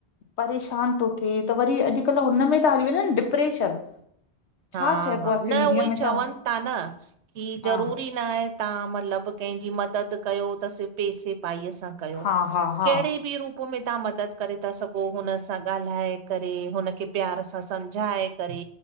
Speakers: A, on the left; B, on the right.
A: परेशान तो थे त वरी अॼुकल्ह हुनमें त हली वनन डिप्रेशन छा
B: हा
A: चइबो
B: हा
A: आहे सिंधीअ
B: न उहई
A: में
B: चवन
A: त
B: था न की
A: हा
B: ज़रूरी न तां मतलब केंहजी मदद कयो त सिर्फ़ पैसे पाईअ सां कयो
A: हा हा हा
B: केहड़े बी रूप पो में तव्हां मदद करे था सघो हुन सां ॻाल्हाए करे हुनखे प्यार सां समझाए करे।